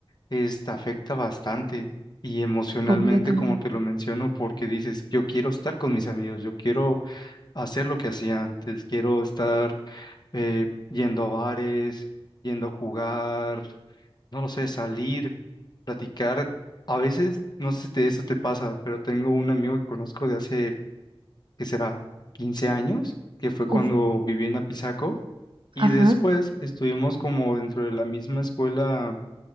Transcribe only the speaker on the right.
completamente.
Uf,
Ajá,